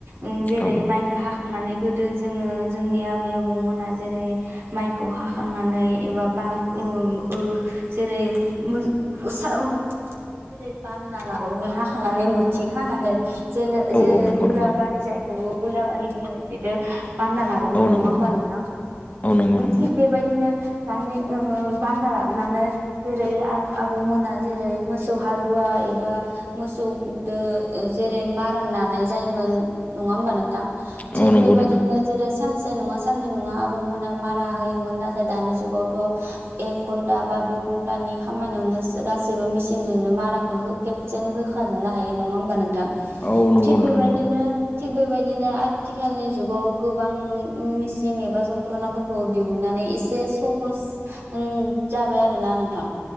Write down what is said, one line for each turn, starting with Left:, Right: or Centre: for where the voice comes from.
Right: उम जेरै
Left: औ
Right: माइखो हाख खांनानै गोदो जोंङो जोंनि आबै आबौमोना जेरै माइखौ हाखांनानै एबा बा। बारख उम ओ जेरै मज उसाव ओ माबा जेरै बानना लाबोमोन हाखांनानै मोथि खानानै। जेनो
Left: औ
Right: जेरै
Left: औ नंगौ
Right: हुलाबारि
Left: नंगौ
Right: जायगबो गुलाबारिनि बिनो। बानना लाबोमोन
Left: औ
Right: नंङा
Left: नंगौ
Right: होमबा
Left: नंगौ
Right: नोंथां
Left: औ नंगौ नंगौ
Right: थिग बेबायदिनो। दानि ओ बानना लाबोनानै जेरै आब आबौमोना जेरै मोसौ हालुवा एबा मोसौदो ओ जेरै मारान नानाय जोयोमोन नङा होमबा नोंथां थि
Left: औ नंगौ
Right: बेबायदिनो
Left: नोंथां
Right: जेरै सानसे नङा साननै नङा आबौमोना मारा होयोमोन नाथाय दानि जुगावथ' एक घन्टा बा दुइ घन्थानि खा खामानियावनो सो गासैबो मिसिनजोंनो माराखो हो खेबसेनो होखाजोबनो हायो नङा होमबा नों थां
Left: औ नंगौ
Right: थिग
Left: नोंथां
Right: बेबायदिनो।
Left: नंगौ
Right: थिग बेबायदिनो आथिखालनि जुगाव गोबां मेचिं एबा जन्थ्रनाफोरखौ दिहुनना‌ नैे एसे सहस उम जाबाय आरोना नोंथां।